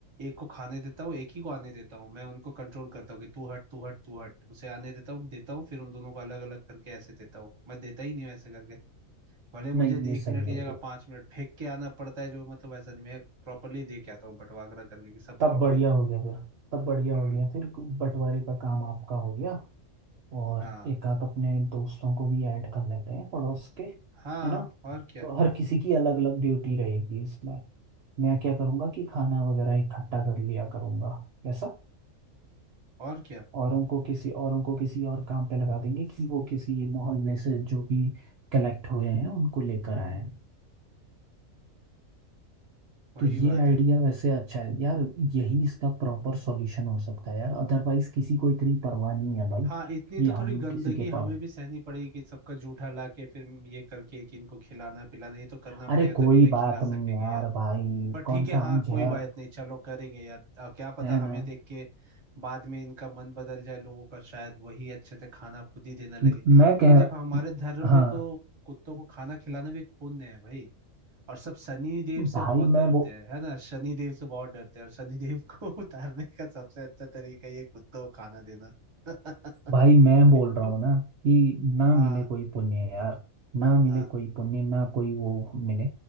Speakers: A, on the right; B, on the right.
A: एक को खाने देता हूँ एक ही को आने देता हूँ मैं उनको कंट्रोल करता हूँ कि तू हट तू हट तू हट उसे आने देता हूँ देता हूँ फिर उन दोनों को अलग अलग करके ऐसे देता हूँ मैं देता ही नहीं हूँ ऐसे करके भले मुझे
B: नहीं ये
A: एक
B: सही
A: मिनट की
B: है
A: जगह पांच मिनट फेंक के आना पड़ता है जो मतलब ऐसा नहीं मैं प्रॉपरली दे के आता हूँ बंटवारा करके कि सब
B: तब
A: खाओ
B: बढ़िया
A: भाई
B: हो गया फिर तब बढ़िया
A: हम्म
B: हो गया फिर बंटवारे का काम आपका हो गया और
A: हाँ
B: एक आध अपने दोस्तों को भी ऐड कर लेते हैं पड़ोस के
A: हाँ
B: है ना
A: और क्या
B: तो हर किसी की अलग अलग ड्यूटी रहेगी इसमें मैं क्या करूँगा कि खाना वगैरह इकट्ठा कर लिया करूँगा कैसा?
A: और क्या
B: औरों को किसी औरों को किसी और काम पे लगा देंगे कि वो किसी मोहल्ले से जो भी कलेक्ट हुए हैं उनको लेकर आए
A: वही
B: तो ये
A: बात
B: आइडिया
A: है
B: वैसे अच्छा है यार यही इसका प्रॉपर सॉल्यूशन हो सकता है यार अदरवाइज किसी को इतनी परवाह नहीं है भाई
A: हाँ इतनी
B: कि
A: तो
B: हम
A: थोड़ी गंदगी
B: किसी के
A: हमें
B: पास
A: भी सहनी पड़ेगी कि सबका जूठा ला के फिर ये करके कि इनको खिलाना पिलाना ये तो करना पड़ेगा
B: अरे कोई
A: तभी इन्हें
B: बात
A: खिला सकेंगे
B: नहीं यार
A: यार
B: भाई
A: पर
B: कौन
A: ठीक
B: सा
A: है हाँ
B: हम
A: कोई
B: जहर
A: बात नहीं चलो करेंगे यार अ, क्या पता
B: है
A: हमें
B: ना
A: देख के बाद में इनका मन बदल जाए लोगों का शायद वही अच्छे से खाना खुद ही देने लगे
B: म- मैं
A: क्योंकि
B: कह
A: देखो
B: रहा,
A: हमारे धर्म
B: हाँ
A: में तो कुत्तों को खाना खिलाना भी एक पुण्य है भाई और सब शनि देव से
B: भाई
A: बहुत डरते
B: मैं वो
A: हैं है ना शनि देव से बहुत डरते हैं और शनि देव को <laughs> उतारने का सबसे अच्छा तरीका ये कुत्तों को खाना देना <laughs>
B: भाई मैं बोल
A: हिंदू
B: रहा हूँ ना कि ना
A: हाँ
B: मिले कोई पुण्य यार ना मिले
A: हाँ
B: कोई पुण्य ना कोई वो मिले